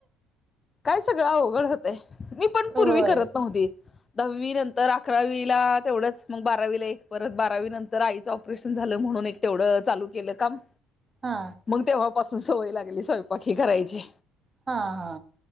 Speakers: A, on the left; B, on the right.
A: काय सगळं अवघड होतय मी पण पूर्वी
B: होय
A: करत नव्हती. दहावी नंतर अकरावीला तेवढंच मग बारावीला एक परत बारावी नंतर आईचं ऑपरेशन झालं म्हणून. तेवढं चालू. केलं काम
B: हा
A: मग तेव्हापासून सवय लागली स्वयंपाकी करायची.
B: हा हा.